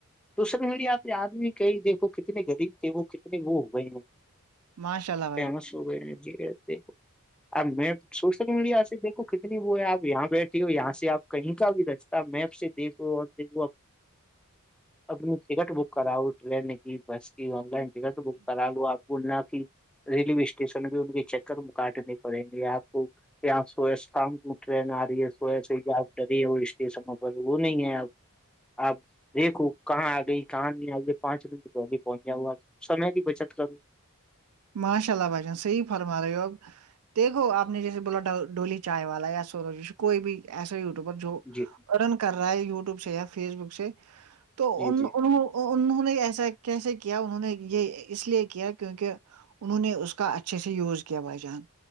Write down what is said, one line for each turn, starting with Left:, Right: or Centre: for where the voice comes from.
Centre: تو سر مڑی آپ نے آدمی کہئی دیکھو کتنے غریب تھے وہ کتنے وہ ہو گئے ہیں
Right: معاشلا
Centre: فیمس ہو گئے ہیں ج اب میں سوشل میڈیا سے دیکھو کتنی وہ ہے آپ یہاں بیٹھی ہو یہاں سے آپ کہیں کا بھی ر میپ سے دیکھو اور دیکھ اپنی ٹکٹ بک کراؤ ٹرین کی بس کی آن لائن ٹکٹ تو کرا لو آپ بولنا آ کی ریلوے اسٹیشن بھی ان کے چکر میں کاٹنے پڑیں گے آپ کو یہپ سوہستان ٹرین آ رہی ہے سو سے کہ آپ ڈری ہے وہ اسٹیشنوں پر وہ نہیں ہے آپ آپ دیکھو کہاں آ گئی کہاں نہیں آ گے پانچ منٹ پہلے پہنچا ہوا سمے کی بچت کرو
Right: ماشاء اللہ بچان صحیح فرمار رہے ہوگ دیکھو آپ نے جیسے بولا ڈولی چائے والا یا سو جش کوئی بھی ایسا یٹیوبر جو
Centre: جی
Right: ارن کر رہا ہے یٹیوب سے یا فیس بک سے تو
Centre: جی
Right: ان
Centre: جی
Right: انہوں نے ایسا کیسے کیا انہوں نے یہ اس لیے کیا کیونکہ انہوں نے اس کا اچھے سے یوز کیا بھائی جان